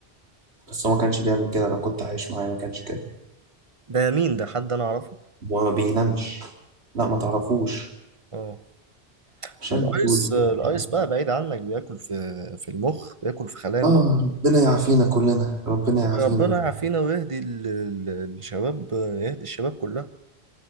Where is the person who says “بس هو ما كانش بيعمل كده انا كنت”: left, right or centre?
Right